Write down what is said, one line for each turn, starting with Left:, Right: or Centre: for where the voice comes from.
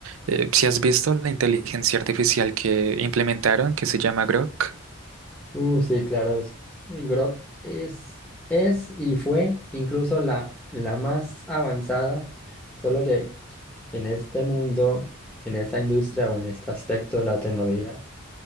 Right: Eh, si has visto la inteligencia artificial que implementaron, que se llama Grok.
Centre: Uh, sí, claro. es- eh, Grok es, es y fue incluso la, la más avanzada. Solo que En este mundo, en esta industria o en este aspecto de la tecnología,